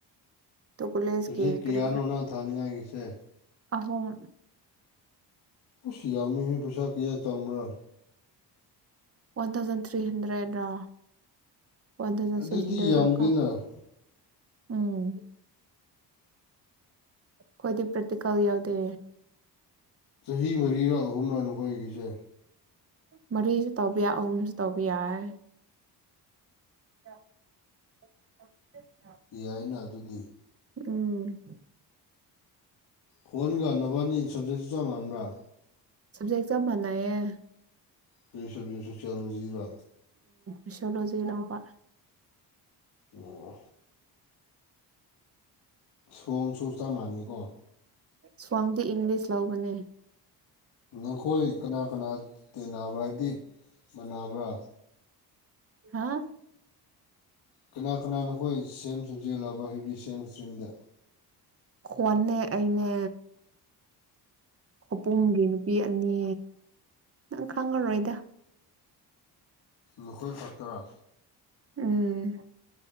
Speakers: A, on the right; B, on the left.
A: ꯑꯗꯨ ꯀꯣꯂꯦꯖꯀꯤ
B: ꯁꯨꯖꯤꯦꯛ ꯀꯌꯥꯅ
A: ꯀꯔꯤ
B: ꯑꯣꯅ ꯊꯥꯅꯤꯡꯉ ꯁꯦ
A: ꯑꯍꯨꯝ
B: ꯑꯣꯁ ꯌꯥꯝꯃꯤ ꯍꯣꯏ ꯄꯩꯁꯥ ꯀꯌꯥ ꯆꯪꯕ꯭ꯔꯥ
A: ꯋꯥꯟ ꯊꯥꯎꯖꯟ ꯊ꯭ꯔꯤ ꯍꯟꯗ꯭ꯔꯦꯗ ꯄꯟꯗ
B: ꯑꯗꯨꯗꯤ
A: ꯆꯗꯔ
B: ꯌꯥꯝꯗꯦꯅ
A: ꯀꯥ ꯎꯝ ꯑꯩꯈꯣꯏꯗꯤ ꯄ꯭ꯔꯦꯛꯇꯤꯀꯜ ꯌꯥꯎꯗꯦ
B: ꯆꯍꯤ ꯃꯔꯤꯒ ꯑꯍꯨꯝꯂ ꯅꯈꯣꯏꯒꯤꯁꯦ
A: ꯃꯔꯤꯁꯨ ꯇꯧꯕ ꯌꯥꯏ ꯑꯍꯨꯝꯁꯨ ꯇꯧꯕ ꯌꯥꯏ <unintelligible> <inaudible>
B: ꯌꯥꯏꯅ ꯑꯗꯨꯗꯤ
A: ꯎꯝ
B: ꯀꯟꯒꯥꯟꯅꯕꯅꯤ ꯁꯞꯖꯦꯛꯁꯤ ꯆꯞ ꯃꯥꯟꯅꯕ꯭ꯔꯥ
A: ꯁꯕꯖꯦꯛ ꯆꯞ ꯃꯥꯟꯅꯩꯌꯦ
B: ꯀꯩ ꯁꯖꯁ ꯆꯔꯣꯖꯤꯔꯥ
A: ꯑꯁꯌꯣꯂꯣꯖꯤ ꯂꯧꯄꯥ
B: ꯑꯣ ꯁꯣꯡꯁꯨ ꯆꯞ ꯃꯥꯟꯅꯩꯀꯣ
A: ꯁ꯭ꯋꯥꯡꯗꯤ ꯏꯪꯂꯤꯁ ꯂꯧꯕꯅꯦ
B: ꯅꯈꯣꯏ ꯀꯅꯥ ꯀꯅꯥ ꯇꯤꯟꯅꯕꯒꯤ ꯁꯥꯟꯅꯕ
A: ꯍꯥꯥ
B: ꯀꯅꯥ ꯀꯅꯥꯅꯈꯣꯏ ꯁꯦꯝ ꯁꯖꯦꯛ ꯂꯧꯕ ꯔꯤꯁꯦꯝ ꯏꯁꯇ꯭ꯔꯤꯝꯗ
A: ꯀꯣꯟꯅꯦ ꯑꯩꯅꯦ ꯈꯄꯨꯝꯒꯤ ꯅꯨꯄꯤ ꯑꯅꯤ ꯅꯪ ꯈꯪꯉꯔꯣꯏꯗ
B: ꯅꯈꯣꯏ ꯈꯛꯇꯔꯥ
A: ꯎꯝ